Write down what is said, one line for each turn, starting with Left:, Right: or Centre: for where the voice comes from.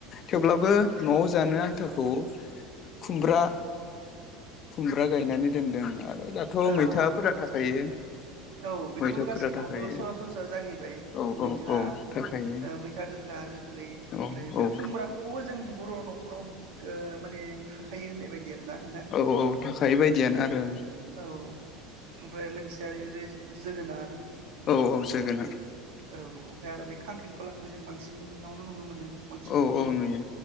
Left: थेवब्लाबो न'आव जानो आन्थाखौ खुमब्रा खुमब्रा गायनानै दोनदों आरो ओमफ्राय दाथ'
Right: औ
Left: मैथाफोरा
Right: औ
Left: थाखायो
Right: औ बेथ'
Left: मैथाफोरा
Right: गासैनावबो
Left: थाखायो
Right: सरासनस्रा जाहैबाय
Left: औ
Right: मैथा
Left: औ औ थाखायो
Right: मैथा गोखा गोखै
Left: औ
Right: ओमफ्राय
Left: औ
Right: बे खुमब्राखौबो जों बर' न'खराव माने थाखायो होननाय बायदि आरो नोंथां
Left: औ औ थाखायो बायदियानो आरो
Right: औ ओमफ्राय लोगोसे आरो जोगोनार आरो
Left: ओं औ औ जोगोनार
Right: औ ओमफ्राय आरो बेै खांख्रिखलाखौबो जों बांसिन बांसिनावनो नुनो मोनो बांसिन
Left: औ
Right: न'खरावनो
Left: औ नुयो